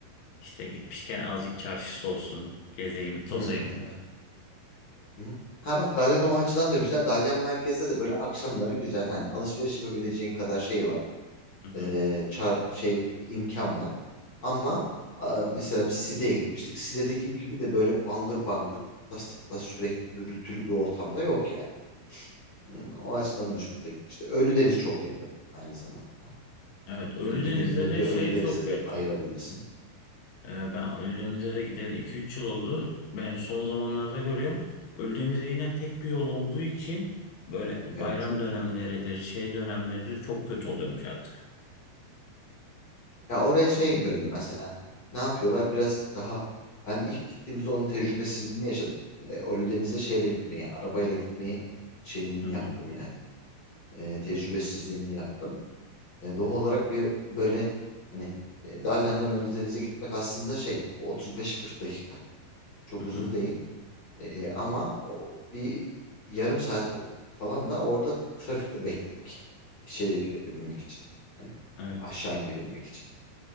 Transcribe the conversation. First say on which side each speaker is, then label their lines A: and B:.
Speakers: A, on the left (about 75°); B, on the left (about 45°).
A: İşte gitmişken azıcık çarşısı olsun, gezeyim, tozayım.
B: Hmm, evet. Hı-hı. Ha bak Dalyan o açıdan da güzel. Dalyan merkezde de böyle akşamları güzel. Hani alışveriş yapabileceğin kadar şey var.
A: <laughs>
B: e, ça- şey imkan var. Ama a, mesela biz Side'ye gitmiştik. Side'deki gibi de böyle bangır bangır tıplas tıplas sürekli gürültülü bir ortamda yok yani. Hmm, O açıdan hoşumuza gitmişti. Ölüdeniz çok yakın aynı zamanda.
A: Evet, Ölüdeniz'de
B: Hani bir gününü
A: de
B: de Ölüdeniz'e
A: şey çok kötü.
B: de ayırabilirsin.
A: Ee, ben Ölüdeniz'e de gideli 2-3 yıl oldu. Ben son zamanlarda görüyorum. Ölüdeniz'e inen tek bir yol olduğu için böyle bayram
B: Evet çok
A: dönemleridir,
B: büyük kalabalık.
A: şey dönemleridir çok kötü oluyormuş artık.
B: Ya oraya şey böyle mesela ne yapıyorlar? Biraz daha ben ilk gittiğimizde onun tecrübesizliğini yaşadım. E, Ölüdeniz'e şeyle gitmeyi, arabayla gitmeyi şeyini
A: Hı hı,
B: yaptım yani. e, tecrübesizliğini yaptım. E, doğal olarak bir böyle hani e, Dalyan'dan Ölüdeniz'e gitmek aslında şey o 35-40 dakika. Çok
A: hı hı.
B: uzun değil. E, ama o, bir yarım saat falan da orada trafikte bekledik. İçeriye girebilmek için. Hani
A: Evet.
B: aşağı inebilmek için.